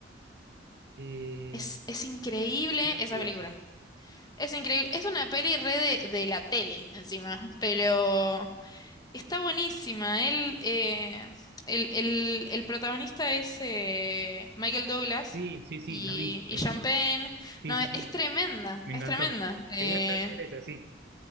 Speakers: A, on the right; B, on the left.
A: Eh,
B: Es, es increíble
A: ¿quién actúa?
B: esa película. Es increíble. Es una peli re de, de la tele, encima. Pero está buenísima. Él, eh, el, el- el protagonista es eh, Michael Douglas
A: Sí, sí, sí,
B: y,
A: la vi,
B: y
A: me
B: Sean
A: encantó.
B: Penn.
A: Sí,
B: No,
A: sí,
B: es,
A: sí,
B: es tremenda.
A: me
B: Es
A: encantó.
B: tremenda. Eh,
A: Quería saber si era esa, sí.